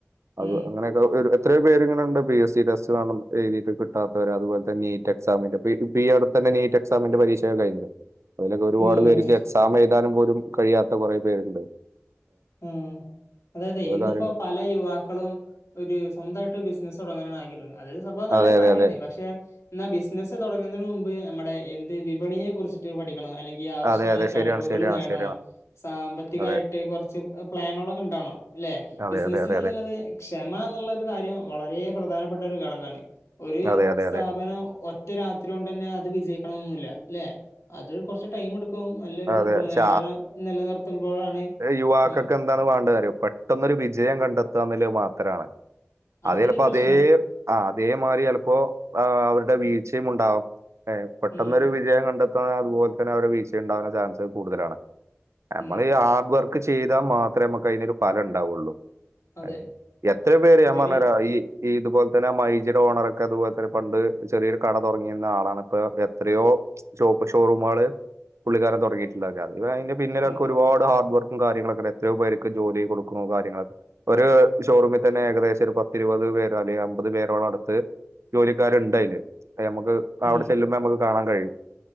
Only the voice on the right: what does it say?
അത്
അങ്ങനെയൊക്കെ <unintelligible> എത്രയോ പേര് ഇങ്ങനുണ്ട് പി എസ് സി ടെസ്റ്റ് കാണ എഴുതിട്ട് കിട്ടാത്തവര് അതുപോലെ തെന്നെ നീറ്റ് എക്സാമ്ണ്ട് ഇപ്പം ഈ ഇപ്പീ അടുത്ത് തന്ന നീറ്റ് എ എക്സാമിന്റെ പരീക്ഷയൊക്കെ കഴഞ്ഞു അതിനൊക്കെ ഒരുപാട്
പേര്ക്ക്
എക്സാം എഴുതാനും പോലും കഴിയാത്ത കൊറേ പേര്ണ്ട്
കാര്യങ്ങൾ
അതെ
അതെ അതെ
അതെ അതെ
ശരിയാണ് ശരിയാണ്
ശരിയാണ്
അതെ
അതെ
അതെ അതെ അതെ
അതെ അതെ
അതെ
അതെ
പക്ഷെ
യുവാക്കക്ക്
എന്താണ് വേണ്ടതാ അറിയോ പെട്ടെന്നൊരു വിജയം കണ്ടെത്ത മാത്രാണ് അത്
ചിലപ്പോ
അതേ ആ അതേമാരി ചിലപ്പോ അ് ദ വീഴ്ചയും ഉണ്ടാവാം ഏ പെട്ടെന്നൊരു
വിജയം കണ്ടെത്ത അതുപോൽ തന്നെ അവരെ വീഴ്ച ണ്ടാവാള്ള ചാൻസ് കൂടുതലാണ് നമ്മളീ
ഹാർഡ് വർക്ക് ക്ക് ചെയ്താ മാത്രേമ്മക്കയ്നൊരു ഫലണ്ടാവൊള്ളു
അയ് എത്ര പേര്
ഞാ പർഞ്ഞരാ ഈ ഈ ഇതുപോലെ തന്നെ മൈജിയുടെ ഓണറൊക്കെ അതുപോലെ തന്നെ പണ്ട് ചെറിയൊരു കട തുടങ്ങിരുന്ന ആളാണ് ഇപ്പൊ എത്രയോ ഷോപ്പ് ഷോറൂമാള് പുള്ളിക്കാരൻ തുടങ്ങിയിട്ടില്ലെ അതെ അയ്ന്റെ പിന്നിലൊക്കെ
ഒരുപാട് ഹാർഡ് വർക്ക് ഉം കാര്യങ്ങളൊക്കെത്രയോ പേര്ക്ക് ജോലി കൊടുക്കുണൂ കാര്യങ്ങ ഒര് ഷോറൂമി തന്നെ ഏകദേശൊരു പത്തിരുപത് പേരോ അല്ലെ അമ്പത് പേരോളടുത്ത് ജോലിക്കാര്ണ്ടയ്ല് അപ്പ ഞമ്മക്ക് അവട
ചെല്ലുമ്പൊ ഞമ്മക്ക് കാണാൻ കഴിയും.